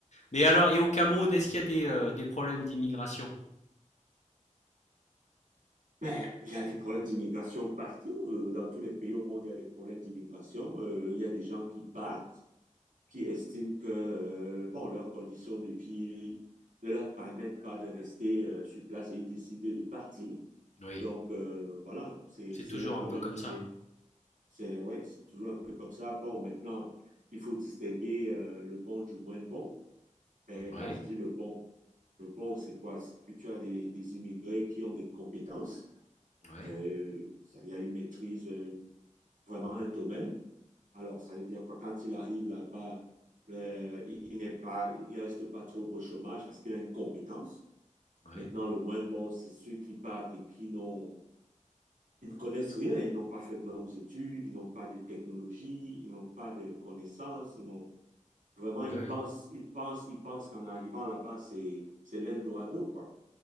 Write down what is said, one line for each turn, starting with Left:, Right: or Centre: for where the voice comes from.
Left: Mais alors, et au Cameroun,
Right: Ouais.
Left: est-ce qu'il y a des, euh, des problèmes d'immigration?
Right: Ben, il y a des problèmes d'immigration partout. euh, Dans tous les pays au monde, il y a des problèmes d'immigration. Euh, il y a des gens qui partent, qui estiment que euh, bon, leurs conditions de vie ne leur permettent pas de rester euh, sur place et ils décident de partir.
Left: Oui,
Right: Donc euh, voilà, c'est
Left: c'est
Right: c'est
Left: toujours
Right: un problème
Left: un peu comme
Right: qui
Left: ça.
Right: est c'est ouais, c'est toujours un peu comme ça. Bon, maintenant, il faut distinguer euh, le bon du moins bon. Et
Left: Oui,
Right: quand je dis le bon, le bon, c'est quoi? C'est que tu as des, des immigrés qui ont des compétences
Left: oui,
Right: euh, c'est-à-dire, il maîtrise euh, vraiment un domaine. Alors, ça veut dire quoi, quand il arrive là-bas, euh, il, il n'est pas, il reste pas trop au chômage parce qu'il a une compétence.
Left: oui,
Right: Maintenant, le moins bon, c'est ceux qui partent et qui n'ont, ils ne connaissent rien. Ils n'ont pas fait de longues études, ils n'ont pas de technologie, ils n'ont pas de connaissances, ils n'ont, vraiment,
Left: oui,
Right: ils
Left: oui.
Right: pensent, ils pensent, ils pensent qu'en arrivant là-bas, c'est, c'est l'Eldorado, quoi.